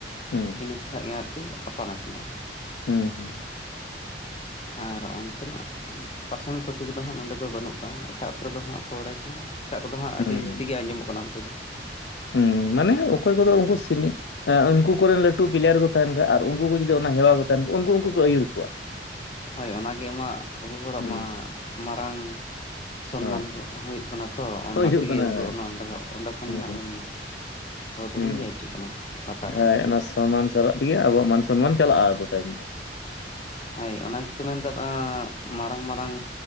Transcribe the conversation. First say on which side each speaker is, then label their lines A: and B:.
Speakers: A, on the left; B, on the left.
A: ᱦᱩᱸ
B: ᱤᱱᱟᱹᱠᱚ ᱠᱷᱟᱱ ᱜᱮ ᱦᱟᱸᱜ ᱠᱚ ᱟᱯᱟᱱ ᱟᱹᱯᱤᱱᱚᱜᱼᱟ
A: ᱦᱮᱸ ᱦᱮᱸᱸ
B: ᱟᱨ ᱚᱱᱛᱮᱱᱟᱜ ᱯᱟᱨᱥᱱᱟᱞ ᱯᱟᱨᱴᱤ ᱠᱚᱫᱚ ᱫᱚ ᱦᱟᱸᱜ ᱱᱚᱸᱰᱮ ᱫᱚ ᱵᱟᱹᱱᱩᱜ ᱟᱠᱟᱼᱟ ᱮᱴᱟᱜ ᱠᱚᱨᱮ ᱫᱚ ᱦᱟᱜ ᱠᱚᱲᱟᱭ ᱮᱴᱟᱜ ᱠᱚᱫᱚ ᱦᱟᱸᱜ
A: ᱦᱩᱸ
B: ᱟᱹᱰᱤ ᱡᱟᱹᱥᱛᱤ ᱜᱮ ᱟᱸᱡᱚᱢᱚᱜ ᱠᱟᱱᱟ ᱚᱱᱛᱮ ᱫᱚ
A: ᱦᱩᱸ ᱢᱟᱱᱮ ᱚᱠᱚᱭ ᱠᱚᱫᱚ ᱩᱱᱠᱩ ᱩᱱᱠᱩ ᱠᱚᱨᱮᱱ ᱞᱟᱹᱴᱩ ᱯᱞᱮᱭᱟᱨ ᱠᱚ ᱛᱟᱦᱮᱱ ᱠᱷᱟᱱ ᱟᱨ ᱩᱱᱠᱩ ᱠᱚ ᱡᱩᱫᱤ ᱚᱱᱟ ᱦᱮᱣᱟ ᱠᱚ ᱛᱟᱦᱮᱱᱟᱱ ᱩᱱᱠᱩ ᱩᱱᱠᱩ ᱠᱚ ᱟᱹᱭᱩᱨ ᱠᱚᱣᱟ
B: ᱦᱳᱭ ᱚᱱᱟᱜᱮ ᱟᱢᱟᱜ ᱟᱵᱚ ᱦᱚᱲᱟᱜ
A: ᱦᱩᱸ
B: ᱢᱟ ᱢᱟᱨᱟᱝ ᱥᱚᱱᱢᱟᱱ
A: ᱦᱳᱭ
B: ᱦᱩᱭᱩᱜ ᱠᱟᱱᱟ ᱛᱚ ᱚᱱᱟ
A: ᱦᱳᱭ ᱦᱩᱭᱩᱜ
B: ᱛᱮᱜᱮ
A: ᱠᱟᱱᱟ
B: ᱟᱵᱚ
A: ᱦᱳᱭ
B: <unintelligible> ᱚᱸᱰᱮ ᱠᱷᱚᱱᱜᱮ
A: ᱦᱩᱸ
B: ᱦᱟᱸᱜ ᱵᱚᱱ ᱦᱳᱭ ᱫᱚᱵᱚᱱ
A: ᱦᱩᱸ
B: ᱧᱮᱞ ᱦᱚᱪᱚᱜ ᱠᱟᱱᱟ ᱞᱟᱛᱟᱨᱚᱜ
A: ᱦᱳᱭ
B: ᱠᱟᱱᱟ
A: ᱚᱱᱟ ᱥᱚᱢᱟᱱ ᱥᱟᱞᱟᱜ ᱛᱮᱜᱮ ᱟᱵᱚᱣᱟᱜ ᱢᱟᱱ ᱥᱚᱱᱢᱟᱱ ᱪᱟᱞᱟᱜᱼᱟ ᱟᱫᱚ ᱛᱟᱭᱚᱢ ᱫᱚ
B: ᱦᱳᱭ ᱚᱱᱟ ᱜᱮᱠᱚ ᱢᱮᱱ ᱠᱟᱫᱟᱼᱟ ᱢᱟᱨᱟᱝ ᱢᱟᱨᱟᱝ